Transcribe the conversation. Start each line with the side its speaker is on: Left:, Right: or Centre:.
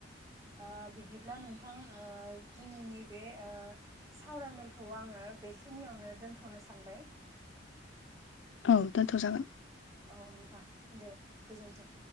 Right: ओ बिदिब्ला नोंथां ओ दिनैनि बे ओ सावरायमेलखौ आङो बेखिनियावनो दोनथ'नो सानबाय।
Left: औ दोन्थ' जागोन।
Right: औ नोंथां दे गोजोन्थों।